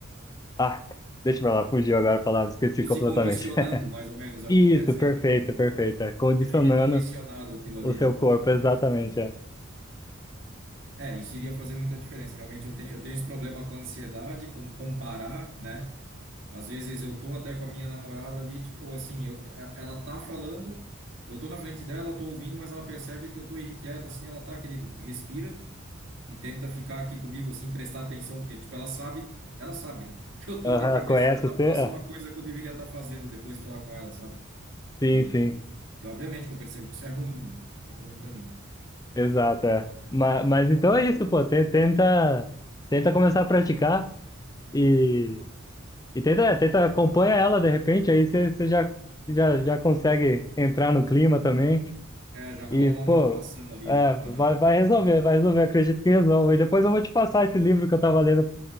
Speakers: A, on the left; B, on the right.
A: Ah, deixa pra lá, fugiu agora a palavra, esqueci
B: tipo,
A: completamente.
B: se condicionando, mais ou menos, é
A: Isso,
B: o que tu quer dizer,
A: perfeito,
B: né?
A: perfeito. É Condicionando
B: Você fica condicionado aquilo
A: o
B: ali,
A: seu
B: né?
A: corpo, exatamente. É.
B: É, isso iria fazer muita diferença. Realmente, eu tenho, eu tenho esse problema com ansiedade, com comparar, né? Às vezes eu tô até com a minha namorada ali, tipo, assim, eu, e- ela tá falando, eu tô na frente dela, tô ouvindo, mas ela percebe que eu tô irrequieto, assim, ela tá, querido, respira e tenta ficar aqui comigo, assim, prestar atenção, porque, tipo, ela sabe, ela sabe, né? <laughs> Que eu tô
A: Aham,
B: com a cabeça
A: conhece você?
B: na próxima
A: É.
B: coisa que eu deveria estar fazendo depois de falar com ela, sabe?
A: Sim,
B: e
A: sim,
B: E obviamente que eu percebo que isso é ruim, né? É ruim pra mim.
A: exato. É. Mas, mas então é isso, pô. Ten- Tenta, tenta começar a praticar e, e tenta, é, tenta acompanha ela de repente, aí você você já, já, já consegue entrar no clima também.
B: É, já rola
A: E,
B: uma
A: pô,
B: motivação ali,
A: é,
B: né? Aham.
A: vai, vai resolver, vai resolver. Acredito que resolva. E depois eu vou te passar esse livro que eu tava lendo.